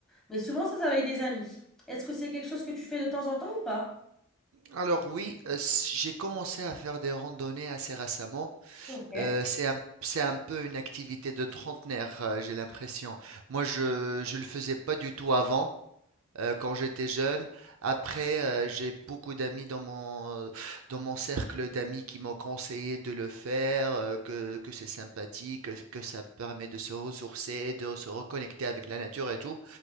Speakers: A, in the centre; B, on the right.
A: Mais souvent, ça, ça va avec des amis. Est-ce que c'est quelque chose que tu fais de temps en temps ou pas?
B: Alors oui, euh, s- j'ai commencé à faire des randonnées assez récemment.
A: Ok.
B: Euh, c'est un, c'est un peu une activité de trentenaire, euh, j'ai l'impression. Moi, je ne le faisais pas du tout avant. euh, quand j'étais jeune. Après, euh, j'ai beaucoup d'amis dans mon, euh, dans mon cercle d'amis qui m'ont conseillé de le faire, euh, que, que c'est sympathique, que, que ça permet de se ressourcer, de se reconnecter avec la nature et tout.